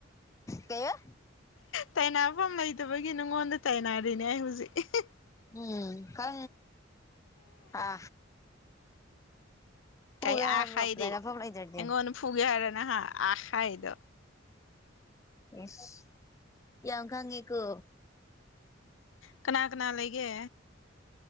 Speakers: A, on the left; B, on the left.
A: ꯀꯩꯕꯥ
B: ꯇꯥꯏꯅꯐꯝ ꯂꯩꯇꯕꯒꯤ ꯅꯉꯣꯟꯗ ꯇꯥꯏꯅꯔꯤꯅꯦ ꯑꯩ ꯍꯧꯖꯤꯛ
A: ꯎꯝ ꯀ ꯑ ꯐꯨꯒꯦ
B: ꯀꯥꯏ
A: ꯍꯥꯏꯕ꯭ꯔꯣ
B: ꯑꯈ ꯏꯗꯦ
A: ꯂꯩꯔꯐꯝ ꯂꯩꯇ꯭ꯔꯗꯤ
B: ꯍꯉꯣꯟꯟꯅ ꯐꯨꯒꯦ ꯍꯥꯏꯔꯅ ꯍꯥ ꯑꯈ ꯏꯗ
A: ꯌꯦꯁ ꯌꯥ ꯈꯉ ꯀ
B: ꯀꯅꯥ ꯀꯅꯥ ꯂꯩꯒꯦ